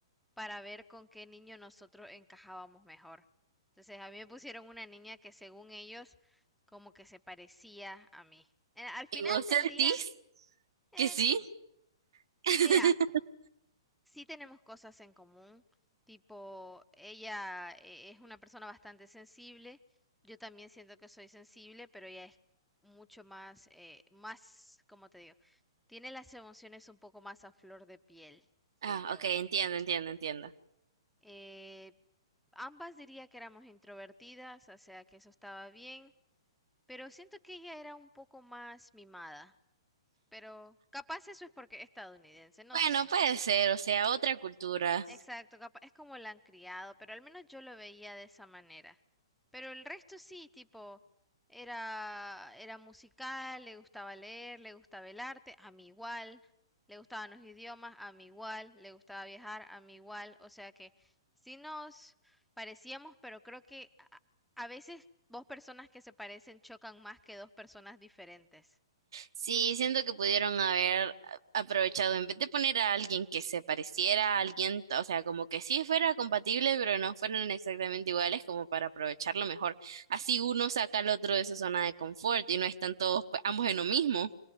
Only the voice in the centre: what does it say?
para ver con qué niño nosotros encajábamos mejor. Entonces, a mí me pusieron una niña que según ellos, como que se parecía a mí. Eh, Al final
del día, eh,
mira, sí tenemos cosas en común, tipo, ella eh, es una persona bastante sensible, yo también siento que soy sensible, pero ella es mucho más, eh, más, ¿cómo te digo? Tiene las emociones un poco más a flor de piel que
yo.
Eh, ambas diría que éramos introvertidas, o sea que eso estaba bien, pero siento que ella era un poco más mimada, pero capaz eso es porque es estadounidense, no
sé.
Exacto, capaz es como la han criado, pero al menos yo lo veía de esa manera. Pero el resto sí, tipo, era, era musical, le gustaba leer, le gustaba el arte, a mí igual, le gustaban los idiomas, a mí igual, le gustaba viajar, a mí igual, o sea que sí nos parecíamos, pero creo que a, a veces dos personas que se parecen chocan más que dos personas diferentes.